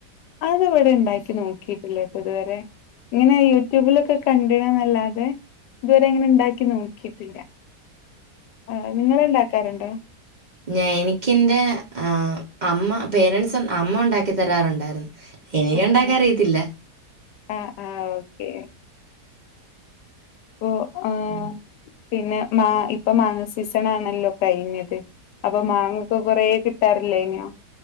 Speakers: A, on the left; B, on the right.
A: അത് ഇവിടെണ്ടാക്കി നോക്കിട്ടില്ലട്ടൊ ഇതുവരെ ഇങ്ങനെ യൂട്യൂബിലൊക്കെ കണ്ട്ണ് ന്നല്ലാതെ ഇതുവരെ അങ്ങനെ ണ്ടാക്കി നോക്കിട്ടില്ല. ആ നിങ്ങള്ണ്ടാക്കാറുണ്ടോ?
B: ഞൻ എനിക്കെന്റെ ആ അമ്മ പേരൻറ്സ് അമ്മ ഉണ്ടാക്കി തരാറുണ്ടായിരുന്നു. എനിക്ക്ണ്ടാക്ക
A: ആ ആ
B: അറിയത്തില്ല.
A: ആ ആ ഓക്കെ ഓ ആഹ്
B: ഉം.
A: പിന്നെ മാ ഇപ്പൊ മാങ്ങ സീസണല്ലോ കഴിഞ്ഞത് അപ്പൊ മാങ്ങക്കെ കൊറേ കിട്ടാറില്യേന്യ